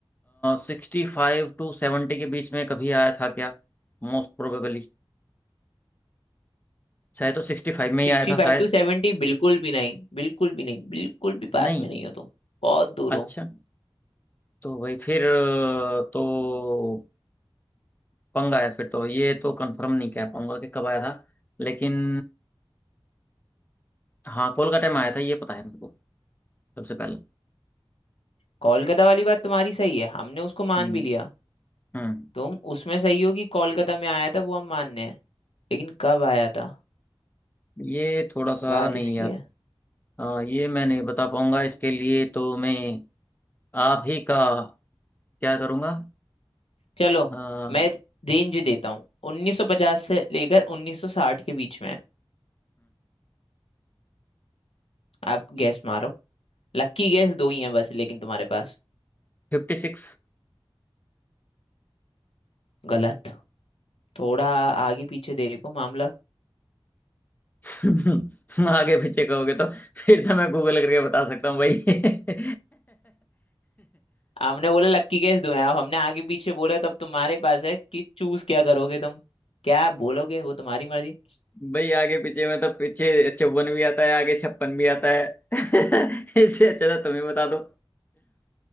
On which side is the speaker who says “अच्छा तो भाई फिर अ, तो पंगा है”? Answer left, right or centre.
Left